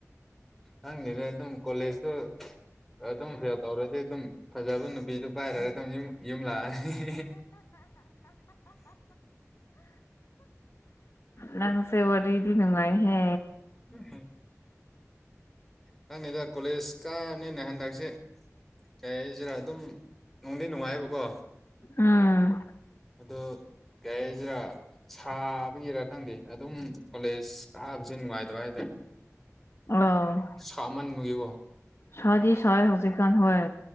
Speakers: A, in the centre; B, on the left.
A: ꯈꯪꯗꯦꯗ ꯑꯗꯨꯝ ꯀꯣꯂꯦꯖꯇꯨ ꯑꯗꯨꯝ ꯐꯦꯜ ꯇꯧꯔꯗꯤ ꯑꯗꯨꯝ ꯐꯖꯕ ꯅꯨꯄꯤꯗꯨ ꯄꯥꯏꯔꯒ ꯑꯗꯨꯝ ꯌꯨꯝ ꯌꯨꯝꯂꯥꯛꯑꯦ
B: ꯅꯪꯁꯦ ꯋꯔꯤꯗꯤ ꯅꯨꯡꯉꯥꯏꯍꯦ
A: ꯎꯝ ꯈꯪꯗꯦꯗ ꯀꯣꯂꯦꯖ ꯀꯥꯕꯅꯤꯅ ꯍꯟꯗꯛꯁꯦ ꯀꯩ ꯍꯥꯏꯁꯤꯔꯥ ꯑꯗꯨꯝ ꯅꯨꯡꯗꯤ ꯅꯨꯡꯉꯥꯏꯕꯀꯣ
B: ꯎꯝ
A: ꯑꯗꯣ ꯀꯩ ꯍꯥꯏꯁꯤꯔ ꯁꯥꯕꯒꯤꯔꯥ ꯈꯪꯗꯦ ꯑꯗꯨꯝ ꯀꯣꯂꯦꯖ ꯀꯥꯕꯁꯦ ꯅꯨꯡꯉꯥꯏꯇꯕ ꯍꯥꯏꯇꯏ
B: ꯑꯣ
A: ꯁꯥꯃꯟꯕꯒꯤꯀꯣ
B: ꯁ꯭ꯗꯤ ꯁ꯭ꯥꯏ ꯍꯧꯖꯤꯛꯀꯥꯟ ꯍꯣꯏ